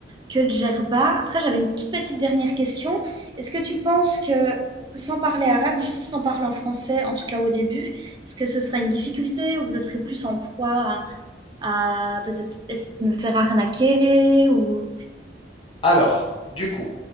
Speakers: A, on the right; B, on the left.
A: que Djerba. Après, j'avais une toute petite dernière question. Est-ce que tu penses que, sans parler arabe, juste en parlant français, en tout cas au début, est-ce que ce serait une difficulté ou que ce serait plus en proie à, à peut-être es- me faire arnaquer ou...
B: Alors, du coup,